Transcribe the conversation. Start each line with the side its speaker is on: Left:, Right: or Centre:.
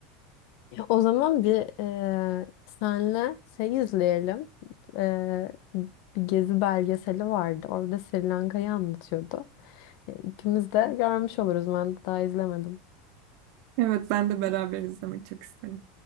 Left: Ya o zaman bir eee senle şey izleyelim. Eee, bir gezi belgeseli vardı. Orada Sri Lanka'yı anlatıyordu. Ya, İkimiz de görmüş oluruz. Ben daha izlemedim.
Right: Evet ben de beraber izlemek çok isterim.